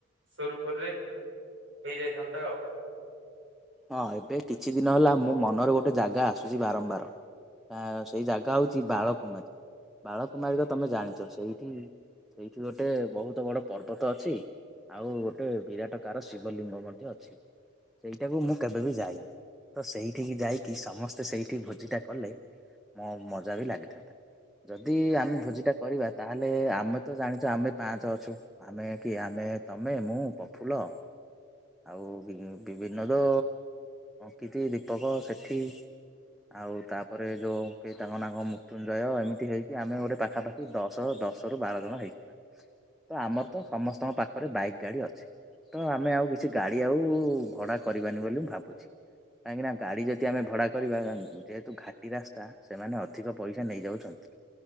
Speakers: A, on the right (about 70°); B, in the centre.
A: ସୁରୁଖୁରୁରେ ହେଇଯାଇଥାନ୍ତା ଆଉ।
B: ହଁ ଏବେ କିଛି ଦିନ ହେଲା ମୋ ମନରେ ଗୋଟେ ଜାଗା ଆସୁଛି ବାରମ୍ବାର। ସେଇ ଜାଗା ହେଉଛି ବାଳକୁମାରୀ ବାଳକୁମାରୀ ତ ତୁମେ ଜାଣିଛ ସେଇଠି ଏଇଠି ଗୋଟେ ବହୁତ ବଡ ପର୍ବତ ଅଛି। ଆଉ ଗୋଟେ ବିରାଟ କାର ଶିବଲିଙ୍ଗ ମଧ୍ୟ ଅଛି। ସେଟାକୁ ମୁଁ କେବେ ବି ଯାଇନି ତ ସେଇଠିକି ଯାଇକି ସମସ୍ତେ ସେଇଠି ଭୋଜିଟା କଲେ ମୋ ମଜା ବି ଲାଗିଥାନ୍ତା। ଯଦି ଆମେ ଭୋଜିଟା କରିବା ତାହେଲେ ଆମେ ତ ଜାଣିଛ ଆମେ ପାଞ୍ଚ ଅଛୁ। ଆମେ କିଏ ଆମେ ତମେ ମୁଁ ପ୍ରଫୁଲ ଆଉ ବି ବିନୋଦ ଅଙ୍କିତି ଦୀପକ ସେଠି। ଆଉ ତାପରେ ଯେଉଁ କିହି ତାଙ୍କ ନାମ ମୃତ୍ୟୁଞ୍ଜୟ ଏମିତି ହେଇକି ଆମେ ଗୋଟେ ପାଖାପାଖି କି ଦଶ ଦଶ ରୁ ବାର ଜଣ ହେଇଯିବା। ତ ଆମର ତ ସମସ୍ତଙ୍କ ପାଖରେ ବାଇକ୍ ଗାଡ଼ି ଅଛି ତ ଆମେ ଆଉ କିଛି ଗାଡ଼ି ଆଉ। ଭଡ଼ା କରିବାନି ବୋଲି ମୁଁ ଭାବୁଛି କାହିଁକିନା ଗାଡ଼ି ଯଦି ଆମେ ଭଡ଼ା କରିବା ଯେହେତୁ ଘାଟି ରାସ୍ ତା ସେମାନେ ଅଧିକ ପଇସା ନେଇଯାଉଛନ୍ତି